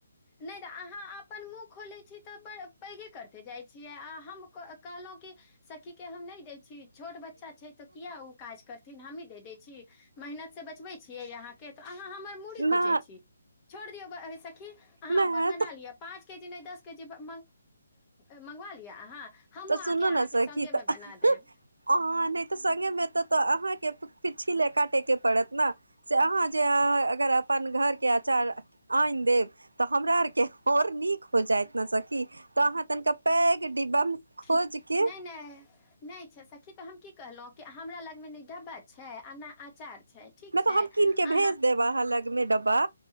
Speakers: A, on the left (about 25°); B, on the right (about 75°).
A: नै तऽ अहाँ अप- अपन मुँह खोलै छी तऽ पैघे करिते जाइ छियै आ हम कहलहूँ कि सखीके हम नै दै छी छोट बच्चा छै तऽ किया ओ काज करथिन हमही दऽ दै छी मेहनत से बचबै छियै अहाँके तऽ अहाँ हमर मूड़ी
B: ना
A: कुचै छी छोड़ दियौ सखी अहाँ
B: ना
A: अपन बना लिअ पाँचके जे नहि दसके जे म- मंगवा लिअ अहाँ हमहूँ
B: तऽ
A: आके
B: सुनू
A: अहाँके
B: ने सखी
A: सङ्गेमे
B: तऽ ऐं
A: बना देब
B: - अ-अहाँ नहि तऽ सङ्गेमे त- तऽ अहाँके छिले काटेके पड़त नऽ से अहाँ जे अ-अगर अपन घरके अचार आइन देव तऽ हमरा आरके आओर नीक हो जाएत ना सखी तऽ अहाँ तनिका पैघ डिब्बामे
A: ठीक
B: खोज के
A: नहि नहि नहि छै सखी तऽ हम की कहलहूँ कि हमरा लंगमे ने डब्बा छै आ ने अचार छै ठीक
B: तऽ
A: छै
B: हम कीन के भेज
A: अहाँ
B: देब अहाँ लगमे डब्बा